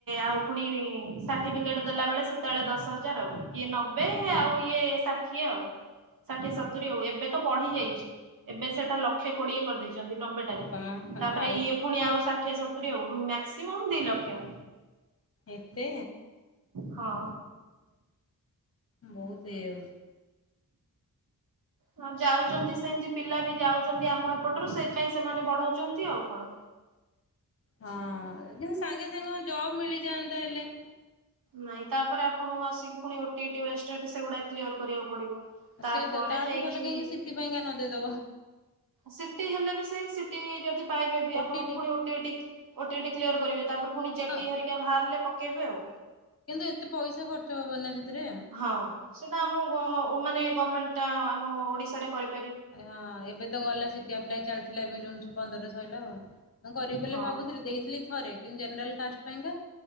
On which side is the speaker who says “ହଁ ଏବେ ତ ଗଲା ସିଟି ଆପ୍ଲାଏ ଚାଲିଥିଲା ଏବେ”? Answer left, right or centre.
Left